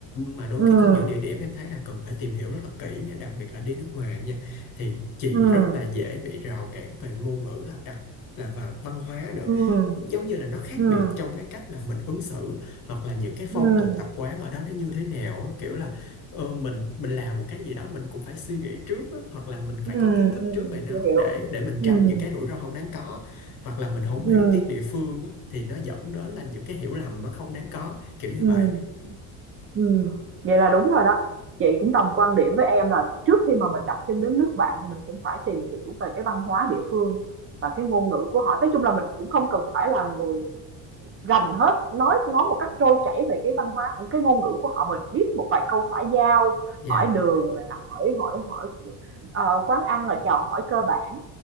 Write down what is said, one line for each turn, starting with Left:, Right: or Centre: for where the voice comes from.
Left: Mà đôi
Right: Ừm,
Left: khi có những địa điểm em thấy là cần phải tìm hiểu rất là kỹ nha, đặc biệt là đi nước ngoài nha. Thì chị
Right: ừm,
Left: rất là dễ bị rào cản về ngôn ngữ là đặc là và văn hóa nữa.
Right: ừm,
Left: Giống như là nó khác
Right: ừm,
Left: biệt trong cái cách là mình ứng xử hoặc là những cái phong
Right: ừm,
Left: tục tập quán ở đó nó như thế nào á, kiểu là ờ, mình mình làm một cái gì đó mình cũng phải suy nghĩ trước á, hoặc là mình phải
Right: ừm,
Left: có kiến thức
Right: ừm,
Left: trước về nó
Right: chị hiểu.
Left: để để mình
Right: Ừm,
Left: tránh những cái rủi ro không đáng có hoặc là mình không
Right: ừm,
Left: hiểu tiếng địa phương á, thì nó dẫn đến là những cái hiểu lầm nó không đáng có kiểu như
Right: ừm,
Left: vậy
Right: ừm. Vậy là đúng rồi đó. Chị cũng đồng quan điểm với em là trước khi mà mình đặt chân đến nước bạn thì mình cũng phải tìm hiểu về cái văn hóa địa phương và cái ngôn ngữ của họ. Nói chung là mình cũng không cần phải là người rành hết nói nói một cách trôi chảy về cái văn hóa cái ngôn ngữ của họ mình biết một vài câu xã giao
Left: dạ
Right: hỏi đường nè, hỏi hỏi hỏi ờ, quán ăn là chào hỏi cơ bản